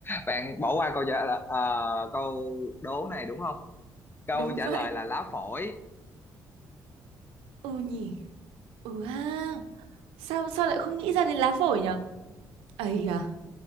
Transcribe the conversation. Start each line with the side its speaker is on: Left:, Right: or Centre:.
Left: bạn bỏ qua câu trả lời ờ, câu đố này đúng không câu
Right: Đúng
Left: trả
Right: vậy.
Left: lời là lá phổi
Right: Ừ nhỉ. Ừ ha. Sao sao lại không nghĩ ra đến lá phổi nhở? Ấy à,